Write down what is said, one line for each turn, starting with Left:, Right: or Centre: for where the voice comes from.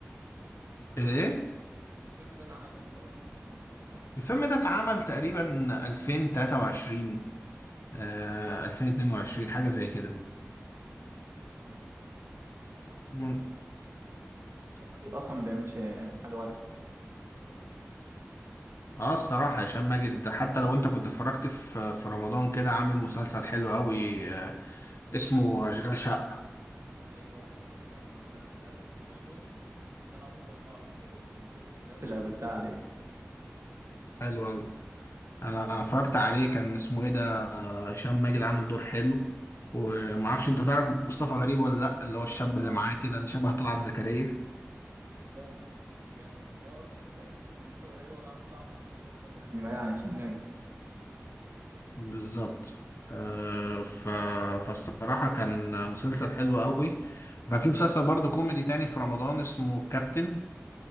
Left: ايه
Right: الفيلم ده اتعمل امتى اصلا عشان ما سمعتش عنه
Left: الفيلم ده اتعمل تقريبا 2023 آه 2022 حاجة زي كده
Right: لا ما سمعتش عن الفيلم ده قبل كده هبقى اشوفه
Left: من-
Right: كده عشان ما جد اصلا ما بيعملش حاجة وحشة تقريبا ممثل كويس
Left: اه الصراحة هشام ماجد حتى لو انت كنت اتفرجت في في رمضان كده عامل مسلسل حلو قوي آه اسمه
Right: أيوة.
Left: اشغال شقة
Right: ايوه شغال شقة وانا للاسف ما سمعتوش بس انا هموت واسمعه حرفيا من كتر الفيديوهات اللي قابلتها عليه
Left: حلو قوي انا اتفرجت عليه كان اسمه ايه ده هشام ماجد عامل دور حلو ومعرفش انت تعرف مصطفى غريب ولا لا اللي هو الشاب
Right: اه
Left: اللي معاه
Right: مصطفى
Left: كده اللي شبه
Right: غريب
Left: طلعت زكريا
Right: جامد جامد ما هو اصلا تحس ان مصطفى غريب هو اللي عامل طعم المسلسل يعني بعيد وكده عن هشام ماجد
Left: بالظبط آه ف... فالصراحة كان مسلسل حلو قوي وكان في مسلسل برضه كوميدي تاني في رمضان اسمه كابتن